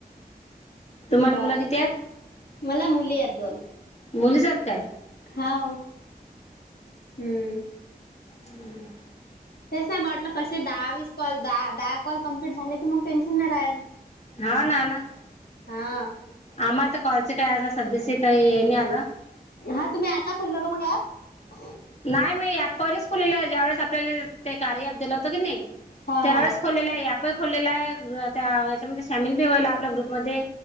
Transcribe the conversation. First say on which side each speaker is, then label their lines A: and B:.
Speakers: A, on the left; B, on the left.
A: तुम्हाला
B: बर
A: मुलं किती आहेत,
B: मला मुली आहेत दोन
A: मुली जात काय.
B: हाव हम्म
A: हम्म.
B: तेच नाही म्हटलं कसे दहावीस कॉल, दहा दहा कॉल कम्प्लीट झाले की मग टेन्शन नाही रहात.
A: हा नाना
B: हा
A: आम्हाला तर कॉलचे काय आ सध्याचे काही हे नाही आलं.
B: हा तुम्ही आता खुल का मग ऍप.
A: नाही म पहिलेच खुलेलं ज्यावेेळेस आपल्याला ते कार्या अँप दिलं होतं की नाही.
B: हा
A: त्यावेळेस
B: हा
A: खोलेलं आहे, ॲपही खोलेला आहे त्या याच्यामध्ये सामील बी होईल आपल्या ग्रुपमध्ये.